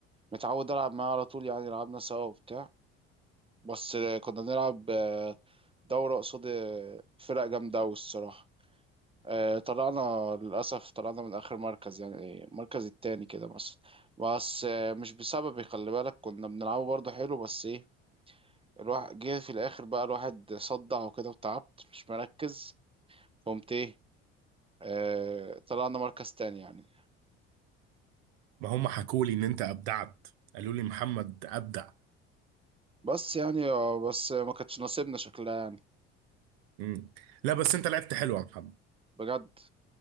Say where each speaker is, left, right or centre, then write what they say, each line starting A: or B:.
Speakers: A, on the right; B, on the right.
A: متعود العب معاه على طول يعني لعبنا سوا وبتاع بس كنا بنلعب دورة قصاد فرق جامدة أوي الصراحة اه، طلعنا للأسف طلعنا من آخر مركز يعني المركز التاني كده مثلا بس اه، مش بسببي خلي بالك كنا بنلعبه برضه حلو بس إيه، الواحد جه في الاخر بقى الواحد صدع وكده وتعبت مش مركز قمت ايه آه طلعنا مركز تاني يعني
B: ما هم حكوا لي ان انت ابدعت قالوا لي محمد ابدع
A: بس يعني آه بس ما كانتش نصيبنا شكلها يعني
B: مم. لا بس انت لعبت حلو يا محمد
A: بجد